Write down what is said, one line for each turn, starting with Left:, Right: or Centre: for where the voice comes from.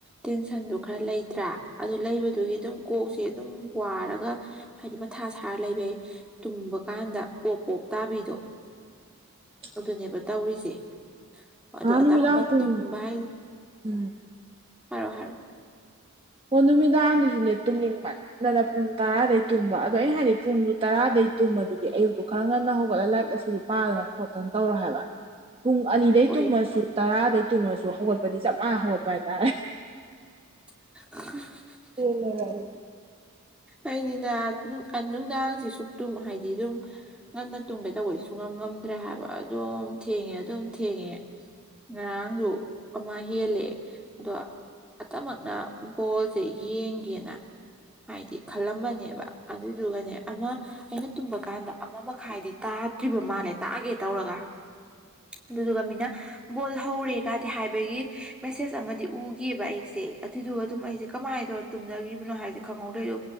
Centre: ꯇꯦꯟꯁꯟꯗꯨ ꯈꯔ ꯂꯩꯇ꯭ꯔꯥ ꯑꯗꯨ ꯂꯩꯕꯗꯨꯒꯤ ꯑꯗꯨꯝ ꯀꯣꯛꯁꯦ ꯑꯗꯨꯝ ꯋꯥꯔꯒ ꯍꯥꯏꯗꯤ ꯃꯊꯥ ꯁꯥꯔ ꯂꯩꯕꯩ ꯇꯨꯝꯕ ꯀꯥꯟꯗ ꯄꯣꯞ ꯄꯣꯞ ꯇꯥꯕꯤꯗꯣ
Right: ꯍ <unintelligible>
Centre: ꯑꯗꯨꯅꯦꯕ ꯇꯧꯔꯤꯁꯦ ꯑꯗꯨ
Right: ꯉꯍꯥꯟ
Centre: ꯑꯇꯃꯛꯅ
Right: ꯅꯨꯃꯤꯗꯥꯡ ꯄꯨꯡ
Centre: ꯇꯨꯝꯕ ꯍꯥꯏꯁꯦ
Right: ꯎꯝ
Centre: ꯍꯥꯏꯔꯣ ꯍꯥꯏꯔꯣ
Right: ꯑꯣ ꯅꯨꯃꯤꯗꯥꯡꯗꯨꯁꯨꯅꯦ ꯇꯨꯝꯅꯤꯡ ꯃꯟ ꯗꯅ ꯄꯨꯡ ꯇꯔꯥꯗꯩ ꯇꯨꯝꯕ ꯑꯗꯣ ꯑꯩ ꯍꯥꯏꯗꯤ ꯄꯨꯡꯗꯨ ꯇꯔꯥꯗꯩ ꯇꯨꯝꯃꯗꯨꯗꯤ ꯑꯌꯨꯛꯇꯨ ꯈꯔ ꯉꯟꯅ ꯍꯧꯒꯠꯂꯒ ꯂꯥꯏꯔꯤꯛ ꯂꯥꯏꯁꯨ ꯄꯥꯗꯅ ꯈꯣꯠꯇꯅ ꯇꯧꯔꯣ ꯍꯥꯏꯕ ꯄꯨꯡ ꯑꯅꯤꯗꯩ
Centre: ꯍꯣꯏ
Right: ꯇꯨꯝꯃꯁꯨ ꯇꯔꯥꯗꯩ ꯇꯨꯝꯃꯁꯨ ꯍꯧꯒꯠꯄꯗꯤ ꯆꯞ ꯃꯥꯟꯅ ꯍꯧꯒꯠꯄ ꯍꯥꯏꯇꯥꯔꯦ
Centre: <unintelligible>
Right: ꯄꯦꯜꯂꯦꯗ ꯑꯩꯗꯤ
Centre: ꯑꯩꯅꯤꯅ ꯅꯨꯡꯗꯥꯡꯁꯤ ꯁꯨꯛꯇꯨꯝ ꯍꯥꯏꯗꯤ ꯑꯗꯨꯝ ꯉꯟꯅ ꯇꯨꯝꯒꯦ ꯇꯧꯕꯩꯁꯨ ꯉꯝ ꯉꯝꯗ꯭ꯔꯦ ꯍꯥꯏꯕ ꯑꯗꯨꯝ ꯊꯦꯡꯉꯦ ꯑꯗꯨꯝ ꯊꯦꯡꯉꯦ ꯉꯔꯥꯡꯁꯨ ꯑꯃ ꯍꯦꯜꯂꯦ ꯑꯗꯣ ꯑꯇꯃꯛꯅ ꯕꯣꯜꯖꯦ ꯌꯦꯡꯒꯦꯅ ꯍꯥꯏꯗꯤ ꯈꯜꯂꯝꯕꯅꯦꯕ ꯑꯗꯨꯗꯨꯒꯅꯦ ꯑꯃ ꯑꯩꯅ ꯇꯨꯝꯕ ꯀꯥꯟꯗ ꯑꯃ ꯃꯈꯥꯏꯗꯤ ꯇꯥꯗ꯭ꯔꯤꯕ ꯃꯥꯜꯂꯦ ꯇꯥꯒꯦ ꯇꯧꯔꯒ ꯑꯗꯨꯗꯨꯒ ꯃꯤꯅ ꯕꯣꯜ ꯍꯧꯔꯦ ꯀꯗꯤ ꯍꯥꯏꯕꯒꯤ ꯃꯦꯁꯦꯖ ꯑꯃꯗꯤ ꯎꯒꯤꯕ ꯑꯩꯖꯦ ꯑꯗꯨꯒ ꯑꯗꯨꯝ ꯑꯩꯁꯦ ꯀꯃꯥꯏꯅ ꯇꯧꯔ ꯇꯨꯝꯅꯒꯤꯕꯅꯣ ꯍꯥꯏꯁꯦ ꯈꯪꯍꯧꯗꯣꯏꯗꯣ